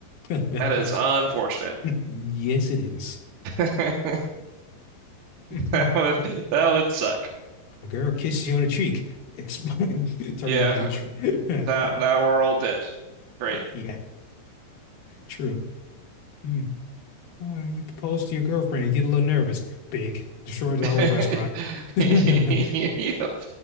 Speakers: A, on the left; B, on the right.
A: <laughs>
B: That is unfortunate.
A: Yes, it is.
B: <laughs>
A: <laughs>
B: That would
A: A
B: that would suck.
A: girl kisses you on the cheek. Exp <laughs> turn
B: Yeah,
A: huge.
B: now
A: <laughs>
B: now we're all dead. Great.
A: Yeah, true. Hmm. Oh, you propose to your girlfriend and get a little nervous. Big. Destroys the
B: <laughs>
A: whole restaurant. <laughs> I
B: Yep.